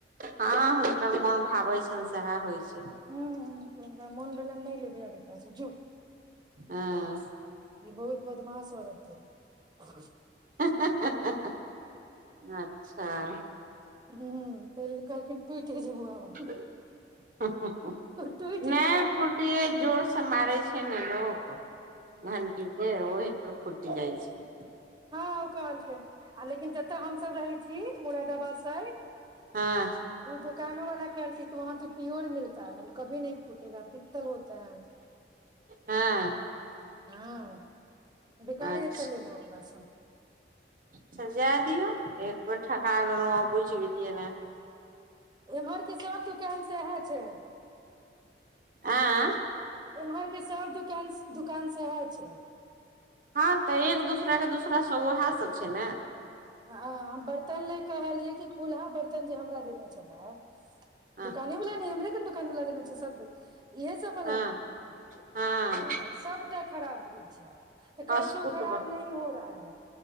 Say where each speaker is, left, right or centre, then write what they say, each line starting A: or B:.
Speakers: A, on the right (about 50°); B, on the right (about 25°).
A: हँ हुनकर मोन भावै छैन सेहा होइ छै
B: हऽ हुनका मोन भेलैन नय लेबै आब एकरा सँ जो
A: हँ
B: ई बहुत बदमाश औरत अइ
A: हे हे हे हे हे अच्छऽ
B: हुँ तैय लऽ कहलखिन टुइटे जेबौ आब हम
A: हुँ हुँ हुँ
B: टूटि
A: नय
B: गेलै
A: फट टिये जोर सँ मारे छै नऽ लोक
B: हूँ
A: घंटी केँ ओहि पर फुइट जाइ छै
B: हँ ओ कहलखिन आ लेकिन जेतऽ हमसभ रहै छी मुरादाबाद साइड
A: हँ
B: ओ दुकानो वाला कहलखिन कि वहाँ तो पियोर मिलता है ओ कभी फुटेगा पितल होता है ओ
A: हँ
B: हँ बिकारे
A: अच्छा
B: अतऽ लेलो अपना सब
A: अच्छऽ जै दियौ एक बेेर ठका गेलहुँ आ बुइझ गेलियै नऽ
B: एम्हर केँ सब दुकान सेहा छै
A: आय
B: एम्हर केँ सब दुकान - दुकान सेहा छै
A: हँ तऽ एक दूसरा केँ दूसरा सब ओहै सब छै नऽ
B: हम बर्तन ले कहलियै कि फुल्हा बर्तन जे हमरा देने छलै
A: हँ
B: दुकान वाला नऽ इमरे केँ नऽ दुकान वाला देने इ जे सब इहे सब बला
A: हँ
B: नऽ
A: हँ
B: सबटा खराब होइ छै आब तऽ
A: कस
B: कहलकै ओ
A: कुटब
B: खराब नहि हो रहा है